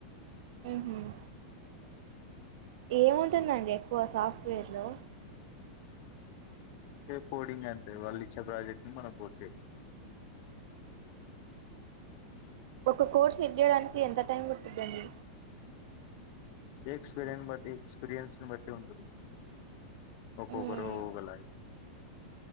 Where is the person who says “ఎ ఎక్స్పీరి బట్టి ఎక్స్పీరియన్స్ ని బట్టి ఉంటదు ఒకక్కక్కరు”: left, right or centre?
Left